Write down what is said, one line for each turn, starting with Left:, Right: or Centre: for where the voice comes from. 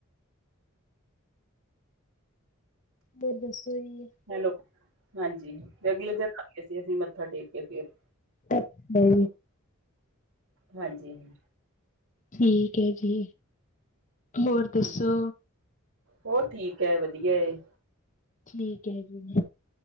Left: ਬਹੁਤ ਦੱਸ ਕੋਈ <unintelligible>
Right: ਹੈਲੋ ਹਾਂਜੀ ਤੇ ਅਗਲੇ ਦਿਨ ਅਸੀਂ ਮੱਥਾ ਟੇਕ ਕੇ ਫਿਰ
Left: ਅ ਸ ਹੀ
Right: ਹਾਂਜੀ ਹ
Left: ਠੀਕ ਹੈ ਜੀ ਹੋਰ ਦੱਸੋ
Right: ਹੋਰ ਠੀਕ ਹੈ ਵਧੀਆ ਏ
Left: ਠੀਕ ਹੈਗੀ